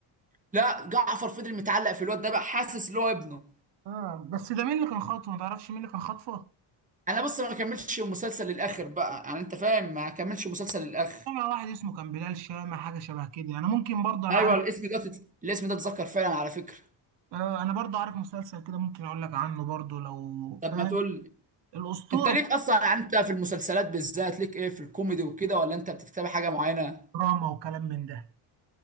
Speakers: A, on the right; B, on the right.
A: لا جعفر فضل متعلق في الواد ده بقى حاسس ان هو ابنه
B: اه بس ده مين اللي كان خاطفه ما تعرفش مين اللي كان خاطفه
A: انا بص ما كملتش المسلسل للاخر بقى يعني انت فاهم ما كملتش المسلسل للاخر
B: طبعا واحد اسمه كان بلال شامة حاجة شبه كده أنا ممكن برضه أنا
A: ايوه
B: عارف
A: الاسم ده تت... الاسم ده اتذكر فعلا على فكره
B: آه أنا برضه عارف مسلسل كده ممكن أقول لك عنه برضه لو فاهم
A: طب ما تقول
B: الأسطورة
A: انت ليك اصلا يعني انت في المسلسلات بالذات ليك ايه في الكوميدي وكده ولا انت بتتابع حاجه معينه
B: دراما وكلام من ده